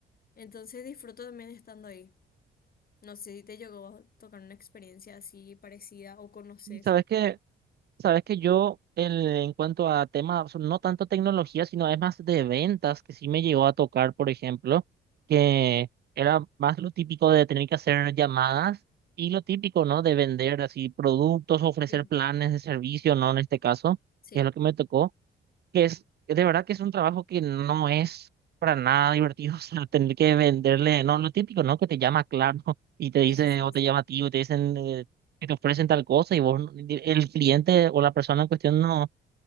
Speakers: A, on the left; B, on the right.
A: Entonces disfruto también estando ahí. No sé si te llegó a tocar una experiencia así parecida o conoces.
B: Y sabes que Sabes que yo, el- en cuanto a temas, o sea, no tanto tecnología, sino es más de ventas, que sí me llegó a tocar, por ejemplo, que era más lo típico de tener que hacer llamadas y lo típico, ¿no? De vender así productos, ofrecer
A: Sí,
B: planes de servicio, ¿no? En este caso,
A: sí,
B: que es lo que me tocó que es, de verdad que es un trabajo que no es para nada divertido, <laughs> o sea, tener que venderle, no, lo típico, ¿no? Que te llama Claro y te dice,
A: sí, sí,
B: o
A: sí.
B: te llama tío, y te dicen eh, que te ofrecen tal cosa y vos, no- el cliente o la persona en cuestión no